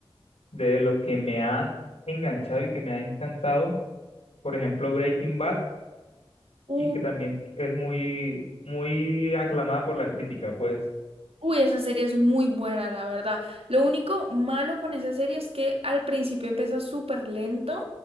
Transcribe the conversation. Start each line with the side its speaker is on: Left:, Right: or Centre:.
Left: de lo que me ha enganchado y que me ha encantado. Por ejemplo, Breaking Bad,
Right: U-
Left: y que también es muy, muy aclamada por la crítica, pues.
Right: Uy, esa serie es muy buena, la verdad. Lo único malo con esa serie es que al principio empieza súper lento.